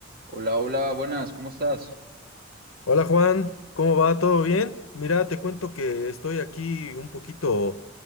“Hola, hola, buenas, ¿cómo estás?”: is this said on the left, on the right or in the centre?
Right